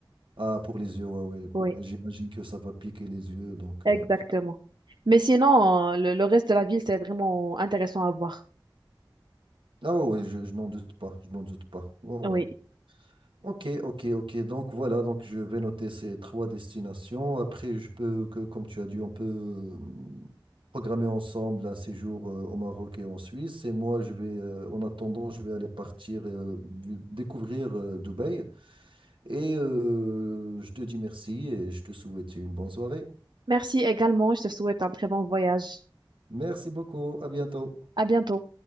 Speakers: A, on the right; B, on the right.
A: Ah, pour les yeux, ouais, ouais.
B: Oui,
A: Moi, J'imagine que ça va piquer les yeux, donc.
B: exactement.
A: euh,
B: Mais sinon, euh, le, le reste de la ville, c'est vraiment intéressant à voir.
A: Ah ouais, ouais, je, je n'en doute pas, je n'en doute pas. Ouais, ouais.
B: Oui.
A: Ok, ok, ok. Donc voilà, donc je vais noter ces trois destinations. Après, je peux, que, comme tu as dit, on peut euh, programmer ensemble un séjour euh, au Maroc et en Suisse. Et moi, je vais, euh, en attendant, je vais aller partir euh, vi- découvrir euh, Dubaï. Et euh, je te dis merci et je te souhaite une bonne soirée.
B: Merci également. Je te souhaite un très bon voyage.
A: Merci beaucoup. À bientôt.
B: À bientôt.